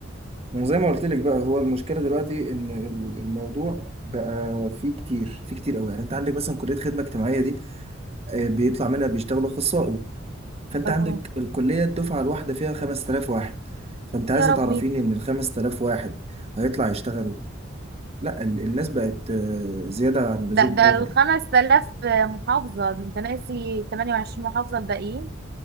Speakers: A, on the right; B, on the right.
A: ما زي ما قلت لك بقى هو المشكله دلوقتي ان ال- الموضوع بقى فيه كتير فيه كتير قوي يعني انت عندك مثلا كليه خدمه اجتماعيه آه، بيطلع منها بيشتغلوا اخصائي فانت
B: اه
A: عندك الكليه الدفعه الواحده فيها 5000 واحد فانت عايزه
B: يا ربي
A: تعرفيني ان ال 5000 واحد هيطلع يشتغل لا ال- الناس بقت آه، زياده عن اللزوم
B: ده ده
A: اوفر
B: الخمس آلاف محافظة ده انت ناسي 28 محافظة الباقيين